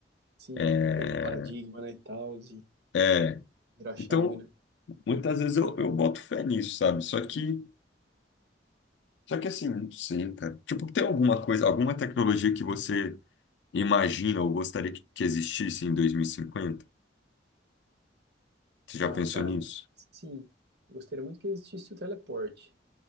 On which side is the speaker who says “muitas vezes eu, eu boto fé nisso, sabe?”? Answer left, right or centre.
Left